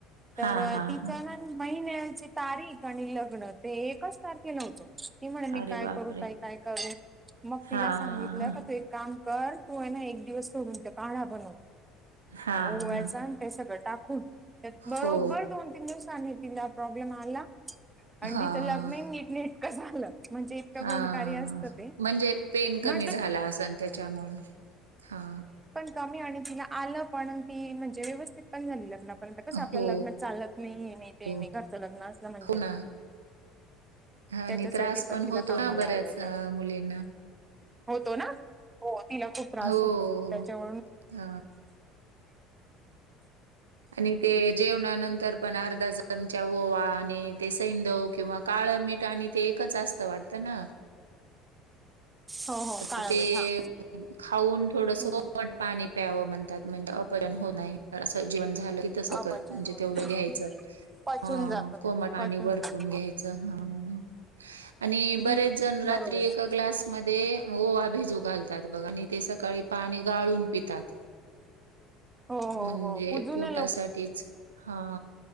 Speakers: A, on the right (about 85°); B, on the right (about 20°).
A: हां,
B: तर
A: हां,
B: तिचं
A: हां.
B: ना महिन्याची तारीख आणि लग्न ते एकच तारखेलाव्हतं. ती म्हणे मी
A: अरे
B: काय
A: बापरे!
B: करू? तई काय करू? मग तिला
A: हां,
B: सांगितल. तू एक काम कर तू ना एक दिवस सोडून त्यो काढा बनव.
A: हां,
B: ओव्याचा.
A: हां.
B: ते सगळं टाकून
A: हो.
B: बरोबर दोन तीन दिवस आणि तिला प्रॉब्लेम आला‌. आणि
A: हां,
B: तीच लग्न ही नीट नेट का झालं. म्हणजे इतका
A: हां.
B: गुणकारी असत ते.
A: म्हणजे पेन
B: म्ह
A: कमी झाला असन त्याच्यामुळ. हा.
B: क आणि तिला आलं पण ती म्हणजे व्यवस्थित पण झाली लग्न कस
A: हो,
B: आपलं लग्न चालत नाही नाही ते
A: हो.
B: नाही घरचं लग्न अस म्हण
A: हो ना. आणि
B: त्याच्यासाठी
A: त्रास पण
B: तिला
A: होतो
B: कामाला
A: ना बऱ्याच
B: आलं ते
A: मुलींना.
B: होतो ना. हो तिला खूप त्रास
A: हो‌.
B: होतो त्याच्यावरून
A: ह. आणि ते जेवणानंतर पण अर्धा चमचा ओवा आणि ते सैंदव किंवा काळं मीठ आणि ते एकच जास्त वाटतं ना?
B: हो
A: <inaudible>
B: हो काळ
A: ते
B: मीठ हा
A: <inaudible> खाऊन थोडसं
B: हम्म
A: <unintelligible> पाणी प्यावं म्हणतात म्हणे, अपहरण होऊ नये असं जीवन झालं तसं,
B: अपचन
A: म्हणजे
B: होत
A: तेवढं घ्यायचं
B: पचून
A: अ
B: जात ते
A: कोमट पाणी
B: पचून
A: वरतून
B: जात
A: घ्यायचं चं हा हा आणि
B: हम्म
A: बरेच जण रात्री
B: बरोबर
A: एका
B: आहे
A: ग्लासमध्ये ओवा भिजू घालतात बघा आणि ते सकाळी पाणी गाळून पितात.
B: हो
A: <inaudible> म्हणजे
B: हो हो जुने
A: पोटासाठीच हा